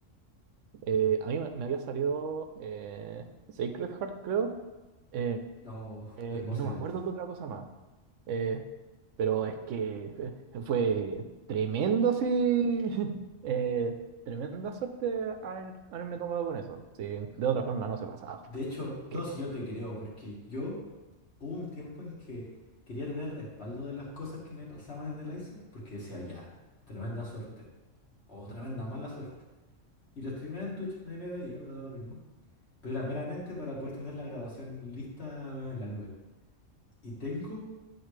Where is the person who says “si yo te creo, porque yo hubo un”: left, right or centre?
Left